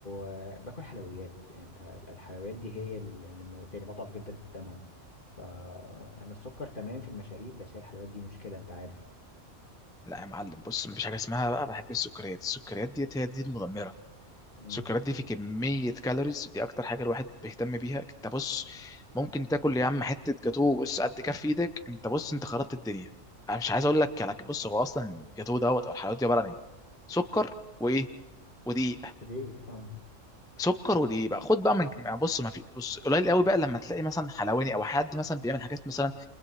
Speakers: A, on the left (about 45°); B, in the centre.
A: آه، باكل حلويات يعني أنت الحلويات دي هي اللي موتاني بضعف جدا قدامها فأنا السكر تمام في المشاريب بس هي الحلويات دي مشكلة أنت عارف
B: لا يا معلم بص مفيش حاجه اسمها بقى بحب السكريات السكريات ديت هي دي المدمره
A: امم
B: السكريات دي في كمية كالوريز دي أكتر حاجة الواحد بيهتم بيها أنت بص ممكن تاكل يا عم حتة جاتوه بص قد كف إيدك أنت بص أنت خربت الدنيا أنا مش عايز أقول لك على بص هو أصلا الجاتوه دوت أو الحلويات دي عبارة عن إيه؟ سكر وإيه؟ ودقيق
A: ليه؟ اه
B: سكر ودقيق بقى خد بقى من يعني بص ما في بص قليل قوي بقى لما تلاقي مثلا حلواني او حد مثلا بيعمل حاجات مثلا